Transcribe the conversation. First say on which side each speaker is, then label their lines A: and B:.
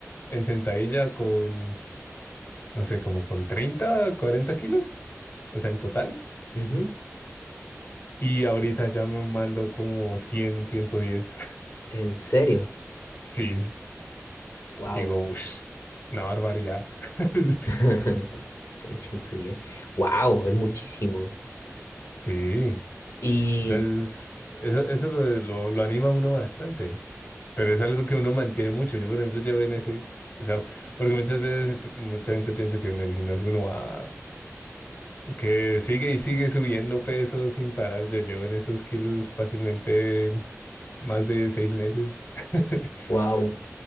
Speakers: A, on the left; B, on the left.
A: en sentadilla con, no sé, como con 30 40 kilos, o sea, en total.
B: Ujú.
A: Y ahorita ya me mando como cien ciento diez
B: ¿En serio?
A: <laughs> Sí,
B: Wow.
A: y digo, uff, una barbaridad. <laughs>
B: <laughs> cien ciento diez. Wow, es muchísimo.
A: Sí.
B: Y
A: Entonces, eso, eso lo, lo, lo anima a uno bastante, pero es algo que uno mantiene mucho. Yo, por ejemplo, llevo en ese, o sea, porque muchas veces pi- mucha gente piensa que en el gimnasio uno va, que sigue y sigue subiendo peso sin parar. Yo llevo en esos kilos fácilmente más de seis meses. <laughs>
B: wow,